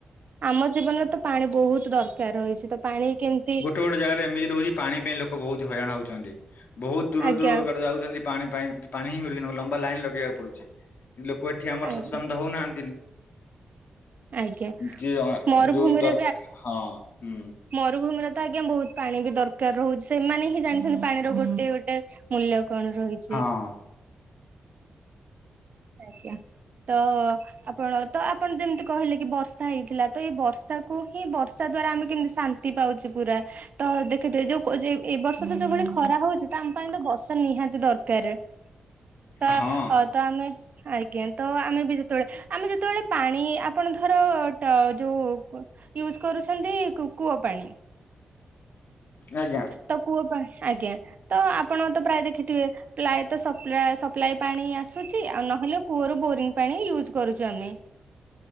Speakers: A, on the right (about 60°); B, on the left (about 70°).
A: ଆମ ଜୀବନରେ ତ ପାଣି ବହୁତ ଦରକାର ରହିଚି। ତ ପାଣି କେମ
B: ଗୋଟେ ଗୋଟେ ଜାଗାରେ ଏମିତି ରହୁଚି, ପାଣି ପାଇଁ ଲୋକ ବହୁତ ହଇରାଣ ହଉଚନ୍ତି। ବହୁତ ଦୂର
A: ଆଜ୍ଞା
B: ଦୂର ବାଟ ଯାଉଚନ୍ତି ପାଣି ପାଇଁ, ପାଣି ହିଁ ମିଳୁନି ଲମ୍ବା ଲାଇନ ଲଗେଇବାକୁ ପଡୁଚି, ଲୋକ ଏଠି ଆମର
A: ଆଜ୍ଞା
B: ସଚେତନ ତ ହଉନାହାନ୍ତି
A: ଆଜ୍ଞା
B: ଯ,
A: ମରୁଭୂମିରେ
B: ଯୋଉ ଦରକାର ହଁ, ହୁଁ।
A: ମରୁଭୂମିରେ ତ ଆଜ୍ଞା ବହୁତ ପାଣି ବି ଦରକାର ରହୁଛି। ସେମାନେ ହିଁ ଜାଣିଛନ୍ତି ପାଣିର ଗୋଟେ ଗୋଟେ ମୂଲ୍ୟ କଣ ରହିଚି?
B: ହଁ
A: ଆଜ୍ଞା, ତ ଆପଣ ତ ଆପ୍ ଆପଣ ଯେମିତି କହିଲେ କି ବର୍ଷା ହେଇଥିଲା। ତ ଏଇ ବର୍ଷାକୁ ହିଁ ବର୍ଷା ଦ୍ଵାରା ଆମେ କେମିତି ଶାନ୍ତି ପାଉଛେ ପୁରା ତ ଦେଖିଦେ, ଯୋଉ କୋ ଯେ ଏ ବର୍ଷ ତ ଯୋଉଭଳି ଖରା ହଉଚି, ତ ଆମ ପାଇଁ ତ ବର୍ଷା ନିହାତି ଦରକାର। ତ,
B: ହଁ
A: ତ ଆମେ, ଆଜ୍ଞା, ତ ଆମେ ବି ଯେତେବେଳେ, ଆମେ ଯେତେବେଳେ ପାଣି ଆପଣ ଧର ଟ, ଯୋଉ ୟୁଜ୍ କରୁଚନ୍ତି କୂଅ ପାଣି
B: ଆଜ୍ଞା।
A: ତ କୂଅ ପାଇଁ, ଆଜ୍ଞା, ତ ଆପଣ ତ ପ୍ରାୟ ଦେଖିଥିବେ ପ୍ରାୟ ତ, ସପ୍ଲାଏ, ସପ୍ଲାଏ ପାଣି ଆସୁଚି, ଆଉ ନହେଲେ କୂଅରୁ ବୋରିଙ୍ଗ ପାଣି ୟୁଜ୍ କରୁଚୁ ଆମେ।